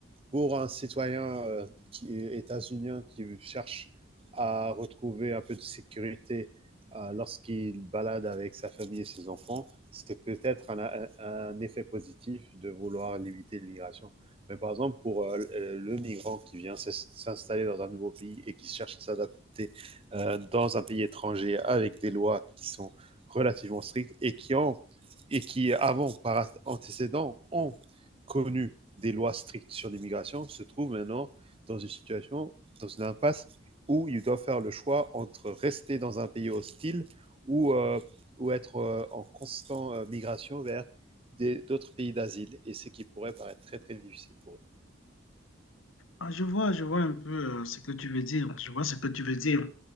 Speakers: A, on the right; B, on the left.
A: pour un citoyen euh, qui est états-unien qui cherche à retrouver un peu de sécurité euh, lorsqu'il balade avec sa famille et ses enfants, c'est peut-être un, un, effet positif de vouloir limiter l'immigration. Mais par exemple, pour euh, le migrant qui vient s'installer dans un nouveau pays et qui cherche à s'adapter euh, dans un pays étranger avec des lois qui sont relativement strictes et qui, ont, et qui avant, par antécédent, ont connu des lois strictes sur l'immigration, se trouve maintenant dans une situation, dans une impasse où ils doivent faire le choix entre rester dans un pays hostile ou, euh, ou être euh, en constante euh, migration vers des- d'autres pays d'asile. Et ce qui pourrait paraître très, très difficile pour
B: Ah, je vois, je vois un peu euh, ce que tu veux dire. Je vois ce que tu veux dire.